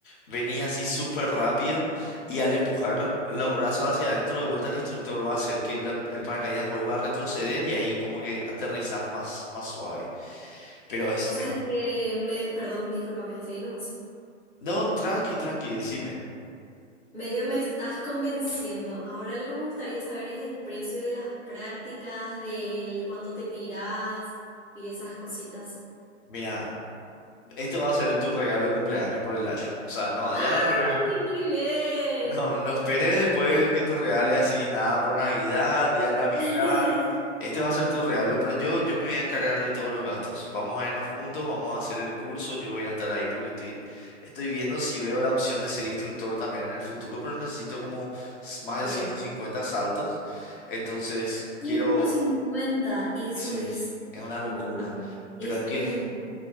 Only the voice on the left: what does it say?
venís así súper rápido y al empujar los, los brazos hacia adentro de vuelta el instructor va a hacer que la- el paracaídas vuelva a retroceder y ahí como que aterrizás más, más suave. Pero es...
es-
No, tranqui, tranqui, decime.
Mira, esto va a ser tu regalo de cumpleaños por el año. O sea, no,
ya de esperar. <laughs>
No, no esperes después que te regale así nada por Navidad, Día de la Amistad.
Este va a ser tu regalo, pero yo, yo me voy a encargar de todos los gastos. Vamos a irnos juntos, vamos a hacer el curso, yo voy a estar ahí porque estoy, estoy viendo si veo la opción de ser instructor también en el futuro, pero necesito como s- más
de ciento cincuenta saltos. Entonces,
quiero...
Sí,
es una locura.
Pero es que...